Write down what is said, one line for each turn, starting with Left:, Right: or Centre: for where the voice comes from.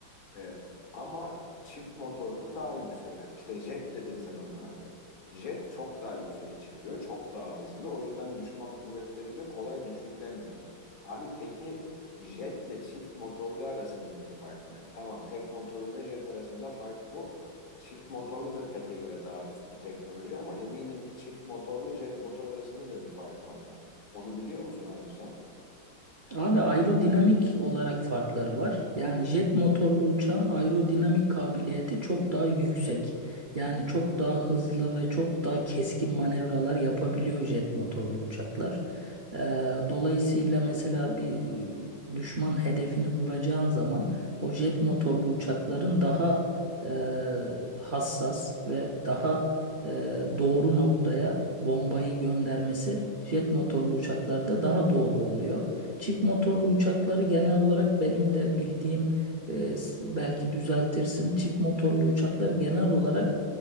Left: Evet. Ama çift motorlu da daha yüksek. Yani İşte jet dedin sen ona abi. Jet çok daha yükseğe çıkıyor. Çok daha hızlı. O yüzden düşman kuvvetlerince kolay düşürülemiyor. Abi peki jetle çift motorlu arasındaki fark ne? Tamam tek motorlu jet arasında fark bu. Çift motorlu da teke göre daha üst bir teknoloji ama eminim ki çift motorlu jet motor arasında da bir fark vardır. Onu biliyor musun abi sen?
Right: Abi aerodinamik olarak farkları var. Yani jet motorlu uçağın aerodinamik kabiliyeti çok daha yüksek. Yani çok daha hızlı ve çok daha keskin manevralar yapabiliyor jet motorlu uçaklar. Ee, dolayısıyla mesela bir düşman hedefini vuracağın zaman o jet motorlu uçakların daha e, hassas ve daha e, doğru noktaya bombayı göndermesi jet motorlu uçaklarda daha doğru oluyor. Çift motorlu uçakları genel olarak benim de bildiğim e, s- belki düzeltirsin. Çift motorlu uçaklar genel olarak